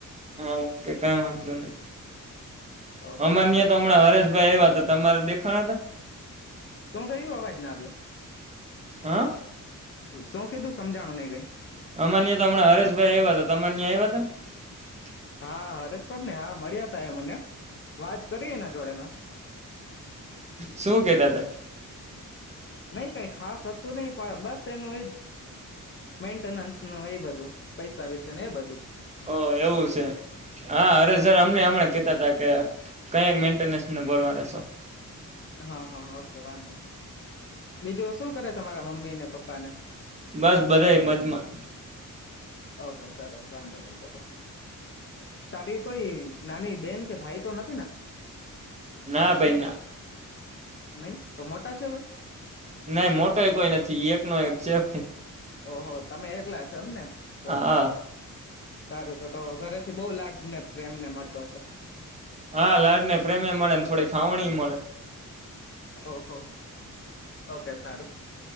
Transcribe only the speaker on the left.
ઓકે
સરસ.
શું થયું અવાજ ના આવ્યો
શું કીધું સમજાણું નઈ કઈ.
હા, હરેશ સરને, હા, મળ્યાતા એ મને વાત કરીએ એના જોડેમાં
નઈ કઈ ખાસ હતું નહ પણ બસ એનું એજ મેન્ટેનન્સ ન એ બધું પૈસા વિશે એ બધુંજ
હા, હા, ઓકે વાંધો નઈ. બીજું શું કરે તમારા મમ્મી ને પપ્પાને?
ઓકે સરસ વાંધો નહી તો તો. તારી કોઈ નાની બેન કે ભાઈ તો નથીને?
નઈ, તો મોટા છે ભાઈ?
ઓહો તમે એકલા છો એમને? સરસ
સરસ સારું તો તો ઘરેથી બહઉ લાડ ને પ્રેમ ને મળતો હશે?
ઓહો ઓકે સારુ.